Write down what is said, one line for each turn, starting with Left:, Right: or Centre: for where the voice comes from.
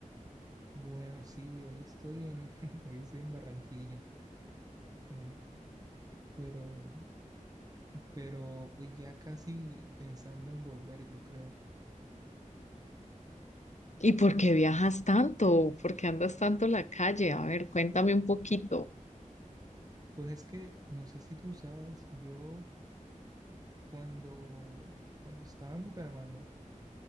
Right: Bueno, sí, hoy estoy en, <laughs> hoy estoy en Barranquilla. eh, pero, pero pues ya casi pensando en volver, yo creo.
Left: ¿y por qué viajas tanto? ¿Por qué andas tanto en la calle? A ver, cuéntame un poquito.
Right: Pues es que no sé si tú sabes, yo cuando, cuando estaba en Bucaramanga,